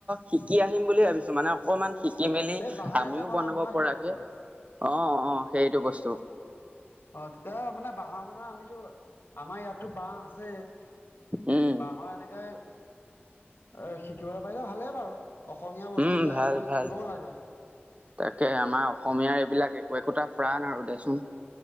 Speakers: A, on the right; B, on the left.
A: শিকি আহিম বুলি ভাবিছো মানে অকমান শিকি মেলি
B: এই বাঁহেৰে
A: আমিও
B: যে বনাই
A: বনাব
B: মুখা
A: পৰাকে
B: শিল্পখিনি
A: অ' অ'সেইটো বস্তু।
B: অ' তেতিয়া মানে বাঁহৰ বনোৱা আমিতো আমাৰ ইয়াততো বাঁহ আছেই।
A: উম
B: বাঁহৰ এনেকেই এই শিকিব পাৰিলে ভালেই বাৰু অসমীয়া বস্তুবিলাক
A: উম ভাল
B: অকণমান
A: ভাল
B: শিকিবও লাগে।
A: তাকে আমাৰ অসমীয়াৰ এইবিলাক একো-একোটা প্ৰাণ আৰু দেচোন।